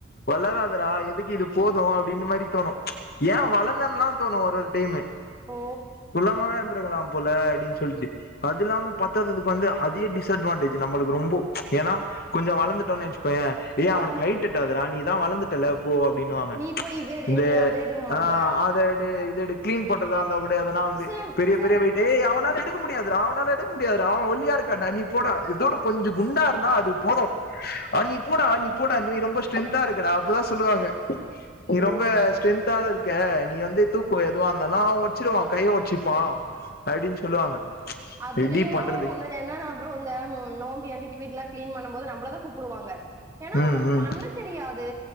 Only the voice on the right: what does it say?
ஓ
ஆ
நீ போய் இது எடு
நீ அத எடும்பாங்க
சேம்
சேம்
ஓ
அதுலயு
ஒண்ணு இப்ப என்னன்னா ப்ரோ இந்த நோம்பி அன்னிக்கி வீட்லா கிளீன் பண்ண போது நம்பளதா கூப்டுவாங்க ஏனா
அவனுக்கு
பண்ண தெரியாது